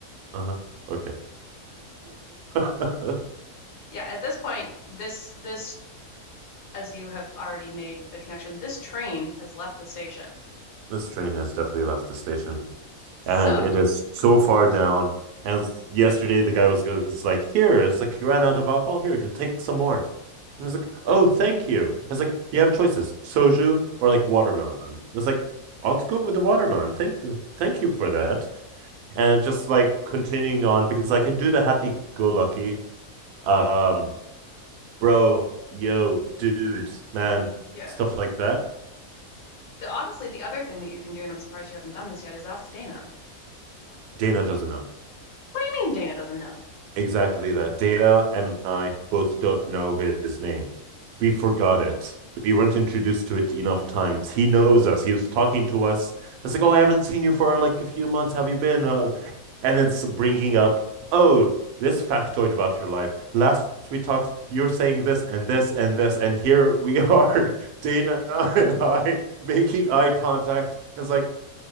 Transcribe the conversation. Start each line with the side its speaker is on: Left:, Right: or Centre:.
Right: Uh huh. Okay. <laughs>
Left: Yeah, at this point this this as you have already made the connection, this train has left the station.
Right: This train has definitely left the station,
Left: So,
Right: and it is so far down. And yesterday, the guy was going like, "Here," it's like you ran out of alcohol. Here, go take some more. And I was like, "Oh, thank you." It's like you have choices: soju or like watermelon. I was like I'll go with the watermelon. Thank you, thank you for that. And it's just like continuing on because I can do the happy-go-lucky, um, bro, yo, dudes, man,
Left: yeah.
Right: stuff like that.
Left: The honestly the other thing that you can do and I'm surprised you haven't done this yet is ask Dana.
Right: Dana doesn't know.
Left: What do you mean Dana doesn't know?
Right: exactly that. Data and I both don't know his name. We forgot it. We weren't introduced to it enough times. He knows us. He was talking to us. It's like, oh, I haven't seen you for like a few months. Have you been? Uh, and it's bringing up, oh, this factoid about your life. Last we talked, you're saying this and this and this, and here we <laughs> are, Dana and I making eye contact. It's like,